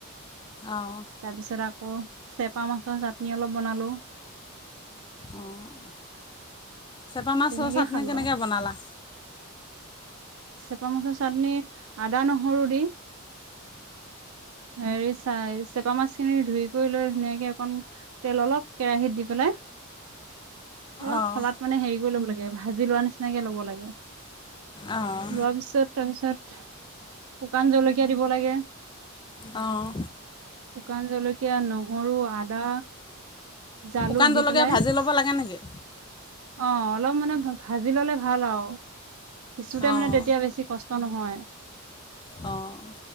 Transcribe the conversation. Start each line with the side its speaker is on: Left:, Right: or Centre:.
Left: অঁ
Right: তাৰপিছত আ। অ', চেপা মাছৰ চাটনি অলপ বনালোঁ।
Left: অঁ চেপা মাছৰ
Right: তেনেকেই
Left: চাট্‌নি
Right: খালো
Left: কেনেকে
Right: আৰু
Left: বনালা?
Right: চেপা মাছৰ চাট্‌নি আদা নহৰু দি, হেৰি চ চেপা মাছখিনি ধুই কৰি লৈ ধুনীয়াকে অকণ তেল অলপ কেৰাহীত দি পেলাই। অলপ
Left: অঁ
Right: খলাত মানে হেৰি। লব লাগে, ভাজি লোৱা নিচিনাকে লব লাগে।
Left: অঁ
Right: লোৱাৰ পাচত, তাৰ পাছত শুকান জলকীয়া দিব লাগে,
Left: অঁ
Right: শুকান জলকীয়া, নহৰু, আদা। জালুক
Left: শুকান জলকীয়া
Right: দি পেলাই
Left: ভাজি ল'ব লাগে নেকি?
Right: অ', অলপ মানে ভাজি ললে ভাল আৰু। পিছোতে
Left: অঁ
Right: মানে তেতিয়া বেছি কষ্ট। নহয়।
Left: অ'।